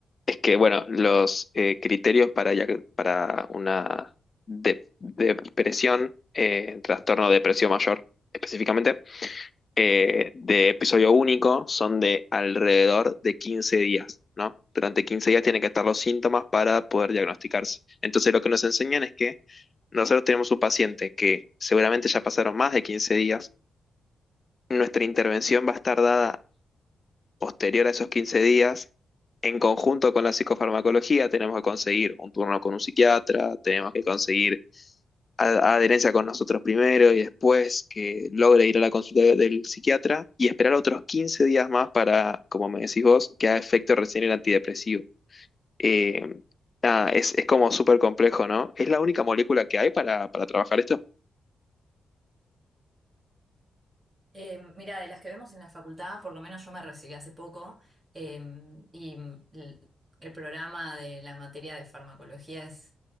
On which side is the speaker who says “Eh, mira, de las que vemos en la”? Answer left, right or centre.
Right